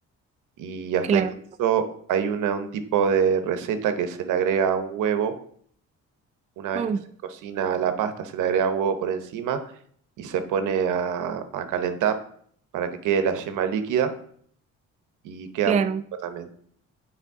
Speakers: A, on the right; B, on the right.
A: Y hasta
B: claro.
A: incluso hay una, un tipo de receta que se le agrega un huevo. Una vez
B: Oh,
A: que se cocina la pasta, se le agrega un huevo por encima y se pone a, a calentar para que quede la yema líquida y queda
B: claro.
A: muy rico también.